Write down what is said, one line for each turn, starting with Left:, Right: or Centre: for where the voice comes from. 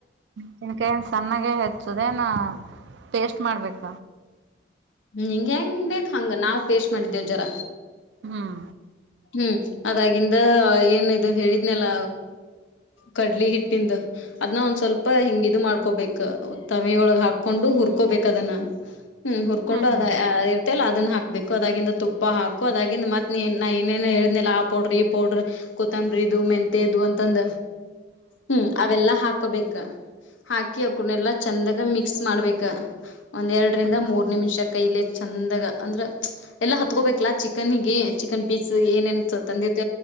Right: ತಿನಕಾಯಿ ಸಣ್ಣಾಗೇ ಹೆಚ್ಚದೇನ ಪೇಸ್ಟ್ ಮಾಡ್ಬೇಕ
Left: ಹಂಗ ಹೆಂಗ ಬೇಕಕ್ ಹಂಗ ನಾವ್ ಪೇೇಶ್ ಮಾಡಿದ್ದೇವ ಜರ
Right: ಹ್ಮ್
Left: ಹ್ಮ್ ಅದಾಗಿಂದ ಏನ ಇದು ಹೇಳಿದ್ನಲ್ಲ ಕಡ್ಲಿ ಹಿಟ್ಟಂದು ಅದನ್ನ ಒಂದ್ ಸ್ವಲ್ಪ ಹಿಂಗ ಇ ಮಾಡ್ಕೊಬೇಕಕ್ ತವೆಯೊಳಗ್ ಹಾಕೊಂಡು ಹುರ್ಕೊಬೇಕ ಅದನ್ನ ಹ್ಮ್ ಹುರ್ಕೊಂಡು
Right: ಹ್ಮ್
Left: ಅದ ಇರ್ತ ಅಲ್ಲ ಅದನ್ನ ಹಾಕ್ಬೇಕು ಅದಾಗಿಂದ ತುಪ್ಪ ಹಾಕು ಅದಾಗಿಂದ ಮತ್ ನೀ ನಾ ಏನೇನ್ ಹೇಳ್ನಿಲ್ಲ ಆ ಪೌಡ್ರ ಈ ಪೌಡ್ರ ಕೊತ್ತಂಬ್ರ ಇದು ಮೆಂತೆ ಇದು ಅಂತಂದ ಹ್ಮ್ ಅವೆಲ್ಲಾ ಹಾಕಬೇಕ ಹಾಕಿ ಅಕಡ್ನೆ ಎಲ್ಲಾ ಚಂದಾಗ ಮಿಕ್ಸ್ ಮಾಡ್ಬೇಕ ಒಂದ್ ಎರಡರಿಂದ
Right: ಹ್ಮ್
Left: ಮೂರ್ ನಿಮಿಷ ಕೈಲೆ ಚ ಅಂದಾಗ ಅಂದ್ರ ಎಲ್ಲಾ ಹತ್ಕೋಬೇಕಲಾ ಚಿಕನ್ಗೆ ಚಿಕನ್ ಪೀಸ್ ಏನೇನ್ ತಂದಿರ್ತ